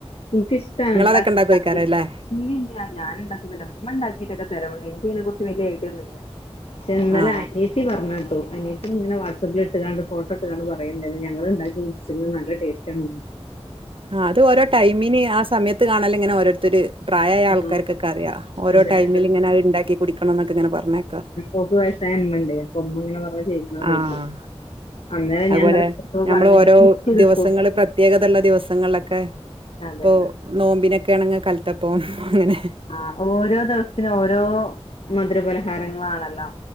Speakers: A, on the left; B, on the right.
A: ക്ക്ഷ്ടം
B: നിങ്ങളതൊക്കെ
A: ണ്ടാക്കാനറീല
B: ഉണ്ടാക്കുവയ്ക്കാരല്ലേ
A: ഇല്ല ഇല്ല ഞാൻഉണ്ടാക്കുന്നണ്ട്ഇമ്മ ഇണ്ടിയിട്ടൊക്കെ തരമുണ്ട് എനിക്ക അതിനെ കുറിച്ച്‌വലിയ ഐഡിയ ഇല്ല. ഒന്നുമല്ല ചേ ഇന്നലെ
B: ആ
A: അനിയത്തി പറഞ്ഞ കേട്ടു അനിയത്തി നിങ്ങനെ വാട്സആപ്പിൽ ഇട്ട് കാണ്ട് ഫോട്ടോ ഇട്ട് കണ്ട് പറയന്ന് ഞങ്ങൾ ഉണ്ടാക്കി മിച്ചർ നിന്ന് നല്ല ടെസ്റ്റ് ഉണ്ട്.
B: ആ അത് ഓരോ ടൈമിന് ആ സമയത്ത് കാണാാല ഇങ്ങനെ ഓരോ ഓരോരുത്തർ പ്രായമായ
A: ആഹ്
B: ആൾക്കാരൊക്കെ റിയാം. ആൾക്കാർക്കൊക്കെ അറിയാം ഓരോ
A: അതെ
B: ടൈമിൽ
A: അതെ
B: ഇങ്ങനെഇണ്ടാക്കി കുടിക്കണം എന്നൊക്കെഇങ്ങനെ പറഞ്ഞേ.
A: ഓക്ക് വയസ്സായ ഇമ്മ ഇണ്ടേ അപ്പൊ ഉമ്മങ്ങനെ പറഞ്ഞ ചെയ്യിക്കണ
B: ആഹ്
A: തോന്നുന്നു അന്നേരം
B: അതുപോലെ
A: ഞാൻ <unintelligible> നല്ലഗിഫ്റ്റ്
B: ഞമ്മള് ഓരോ
A: കിട്ടും.
B: ദിവസങ്ങള് പ്രത്യേകതയുള്ള ദിവസങ്ങളിലൊക്കെ
A: അതെ
B: ഇപ്പൊ
A: അതെ
B: നോമ്പിനൊക്കെയ ആണെങ്കി കലത്തപ്പോം അങ്ങനെ
A: ആ ഓരോ ദിവസത്തിനും ഓരോ മധുരപലഹാരങ്ങളാണല്ലോ